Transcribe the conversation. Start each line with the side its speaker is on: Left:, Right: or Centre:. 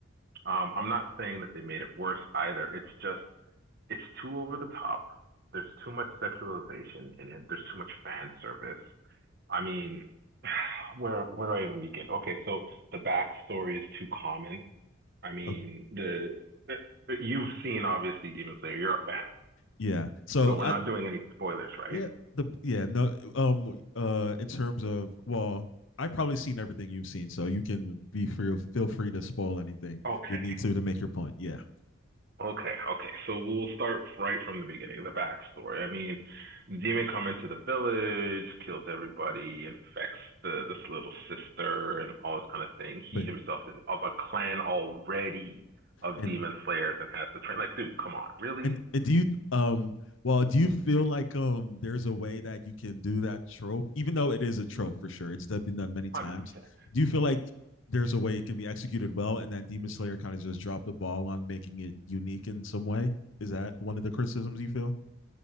Right: Um, I'm not saying that they made it worse either. It's just it's too over the top. There's too much sexualization in it. There's too much fan service. I mean, <sighs> where where do I even begin? Okay, so the backstory is too common. I mean,
Left: Okay.
Right: the uh, uh, you've seen obviously Demon Slayer. You're a fan,
Left: Yeah. So,
Right: so we're
Left: I
Right: not doing any spoilers, right?
Left: yeah, the yeah, no um uh in terms of, well, I've probably seen everything you've seen, so you can be free feel free to spoil anything
Right: Okay,
Left: you need to to make your point. Yeah.
Right: Okay, okay. So we'll start right from the beginning, the backstory. I mean, demon come into the village, kills everybody, infects the this little sister and all this kind of thing. He
Left: But
Right: himself is of a clan already of
Left: and
Right: demon slayers and has to train. Like, dude, come on, really?
Left: And and do you um well do you feel like um there's a way that you can do that trope even though it is a trope for sure it's been done many times
Right: 100%.
Left: do you feel like there's a way it can be executed well and that demon slayer kind of just dropped the ball on making it unique in some way is that one of the criticisms you feel